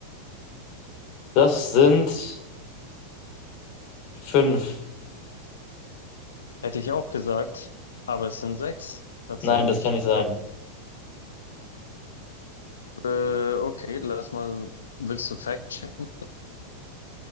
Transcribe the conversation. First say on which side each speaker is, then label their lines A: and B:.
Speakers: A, on the left; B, on the left.
A: Das sind fünf.
B: Hätte ich auch gesagt, aber es sind sechs tatsächlich.
A: Nein, das kann nicht
B: Ich
A: sein.
B: glaube, Äh, okay, lass mal, willst du Fact checken?